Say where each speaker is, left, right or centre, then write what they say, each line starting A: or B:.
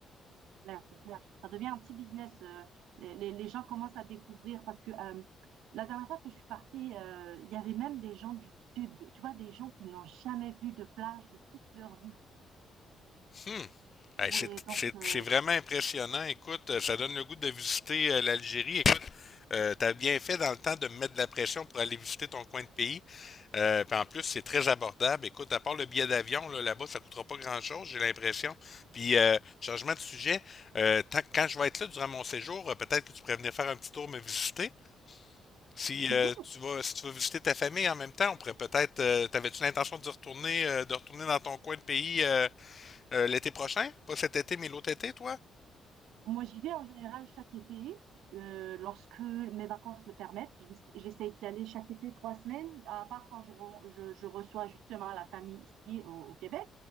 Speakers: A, on the right; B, on the left.
A: clair, c'est clair. Ça devient un petit business. euh, les, les- les gens commencent à découvrir parce que euh, la dernière fois que je suis partie, euh, il y avait même des gens du sud, tu vois, des gens qui n'ont jamais vu de plage de toute leur vie.
B: Hmm. Hey,
A: Ouais,
B: c'est,
A: donc
B: c'est-
A: euh,
B: c'est vraiment impressionnant. Écoute, euh, ça donne le goût de visiter euh, l'Algérie. Écoute, euh, t'as bien fait dans le temps de me mettre de la pression pour aller visiter ton coin de pays. Euh, puis en plus, c'est très abordable. Écoute, à part le billet d'avion, là, là-bas, ça coûtera pas grand-chose, j'ai l'impression. Puis, euh, changement de sujet, euh, tant- quand je vais être là durant mon séjour, euh, peut-être que tu pourrais venir faire un petit tour me visiter. Si
A: c'est clair
B: euh, tu vas, si tu veux visiter ta famille en même temps, on pourrait peut-être. euh, t'avais-tu l'intention de retourner, euh, de retourner dans ton coin de pays? euh, euh, l'été prochain? Pas cet été, mais l'autre été, toi?
A: Moi, j'y vais en général chaque été, euh, lorsque mes vacances le permettent. J'ess- J'essaie d'y aller chaque été trois semaines, à part quand je, re- je, je reçois justement la famille ici au, au Québec.